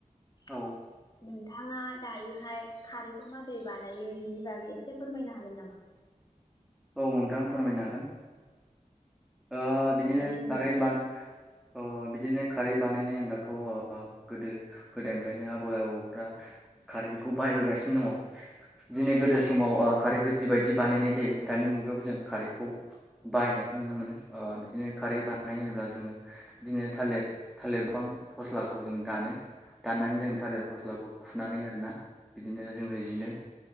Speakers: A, in the centre; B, on the left (about 30°).
A: औ
B: <inaudible> नोंथाङा दायोहाय खारैखौ माबोरै बानायो बेनि बागै एसे फोरमायनो हागोन नामा?
A: औ नोंथां फोरमायनो हागोन। ओ
B: औ
A: बिदिनो
B: दे बुंनायसाय।
A: खारै बा अ बिदिनो खारै बानायनाय होनब्लाथ' गोदो गोदोनिफ्रायनो आ आबौ आबौफ्रा खारै बेखौ बाहाय बोगासिनो दङ दिनै गोदो समाव ओ खारैखौ जि बाय दि बानायनाय जायो दानि मुगायावबो जों खारैखौ बाहायनायखौ नुनो मोनो ओ बिदिनो खारै बानाय होनोब्ला जोङो बिदिनो थालिर थालिर बिफां फस्लाखौ जों दानो दाननानै जों थालेर फस्लाखौ खुनानै आरो ना बिदिनो जोङो जिनो